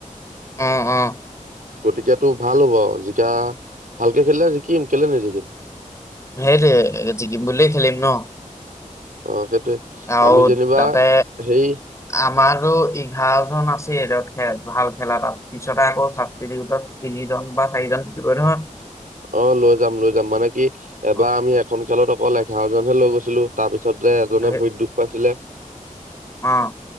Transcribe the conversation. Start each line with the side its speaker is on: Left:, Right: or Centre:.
Left: অ', অ'।
Right: গতিকেটো ভাল হ'ব যেতিয়া। ভালকে খেলিলে জিকিম কেলে নিজিকিম।
Left: সেই জিকিম বুলিয়ে খেলিম ন।
Right: অ সেইটোৱে
Left: আৰু
Right: আমি যেনিবা
Left: তাতে
Right: সেই
Left: আমাৰো এঘাৰ জন আছে। <unintelligible> ভাল খেলা। তাৰ পিছতে আকৌ চাবচিটিত তিনিজন বা চাৰিজন থাকিবই নহয়।
Right: অ লৈ যাম লৈ যাম, মানে কি এবাৰ
Left: অ',
Right: আমি এখন খেলত অকল এঘাৰজনহে লৈ গৈছিলো তাৰ পিছত। পিছতে এজনে
Left: সেই
Right: ভৰিত দুখ পাইছিলে।
Left: অ